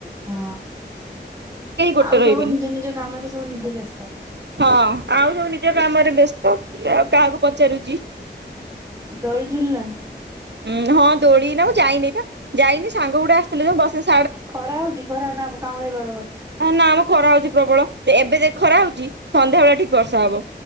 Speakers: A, on the right; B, on the right.
A: ହଁ
B: ଗୋଟେ
A: ଆଉ
B: ରହିବେନି
A: ସବୁ ନିଜ ନିଜ କାମରେ ସବୁ ନିଜେ ବ୍ୟସ୍ତ।
B: ହଁ ଆଉ ସବୁ ନିଜ କାମରେ ବ୍ୟସ୍ତ କିଏ ଆଉ କାହାକୁ ପଚାରୁଛି?
A: ଦୋଳି ଝୁଲିଲାଣି?
B: ଉଁ ହଁ ଦୋଳି ନା ମୁଁ ଯାଇନି ପା, ଯାଇନି ସାଙ୍ଗ ଗୋଟେ ଆସିଥିଲେ ଯେ ବସ ବସ୍
A: ଖରା ହଉଛି ଖରା ନା କାଉଁଳିଆ ପାଗ କରିଚି?
B: ହେ ନା ମ ଖରା ହଉଛି ପ୍ରବଳ। ଏବେ ଦେଖ୍ ଖରା ହଉଚି ସନ୍ଧ୍ୟା ବେଳେ ଠିକ୍ ବର୍ଷା ହବ।